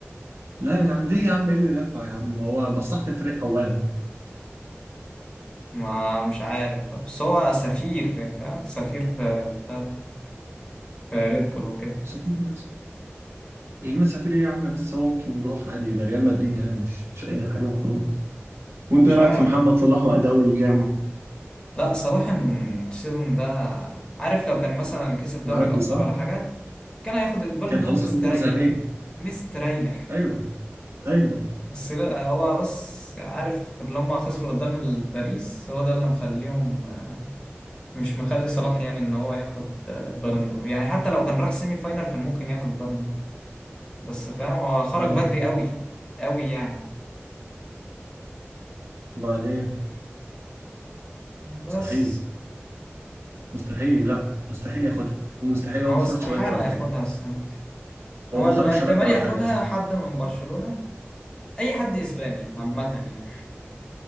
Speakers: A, on the right; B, on the left.
A: لا يا عم ليه يا عم ايه اللي نفعه يا عم هو بصحت الفريق اولا
B: ما مش عارف بقى. بس هو سفير فاهم سفير في بتاع ده في ريد بول وكده
A: سفير بس يا عم سفير ايه يا عم بس هو ممكن يروح عادي ده ريال مدريد يعني مش مش اي حاجه وخلاص وانت
B: مش
A: ايه رايك
B: عارف
A: في محمد صلاح واداؤه الجامد
B: لا صلاح السيزون ده عارف لو كان مثلا كسب
A: معدي
B: دوري الأبطال
A: صح
B: ولا حاجة كان هياخد البالون
A: كان
B: دور
A: خلاص
B: مستريح
A: خد الكره الذهبيه
B: مستريح
A: ايوه ايوه
B: بس لا هو بس عارف لما خسروا قدام الباريس هو ده اللي مخليهم مش مخلي صلاح يعني ان هو ياخد البالون دور يعني حتى لو كان راح سيمي فاينال كان ممكن ياخد البالون دور بس فاهم هو خرج
A: اه
B: بدري قوي قوي يعني
A: وبعدين
B: بس
A: مستحيل مستحيل لا مستحيل ياخدها ومستحيل هو
B: هو
A: ما خرجش
B: استحالة
A: بدري ولا
B: ياخدها
A: حاجه
B: السنة دي
A: هو
B: هو
A: ما
B: الاحتمال
A: خرجش بدري
B: ياخدها
A: ولا حاجه اصلا
B: حد من برشلونة اي حد اسباني عامه يعني